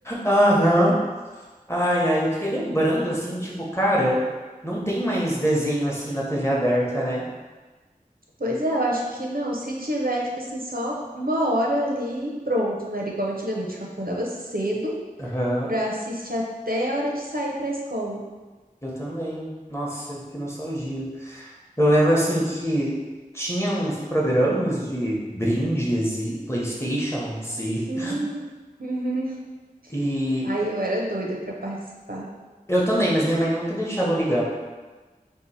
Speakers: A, on the left; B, on the right.
A: Aham. Ai, ai, eu fiquei lembrando assim, tipo, cara, não tem mais desenho assim na TV aberta, né?
B: Pois é, eu acho que não. Se tiver, tipo assim, só uma hora ali, pronto. Não era igual antigamente, que eu acordava cedo
A: Aham.
B: pra assistir até a hora de sair pra escola.
A: Eu também. Nossa, que nostalgia. Eu lembro assim que tinha uns programas de brindes e PlayStations e,
B: Hum. <laughs>
A: e
B: Aí eu era doida pra participar.
A: eu também, mas minha mãe nunca deixava eu ligar.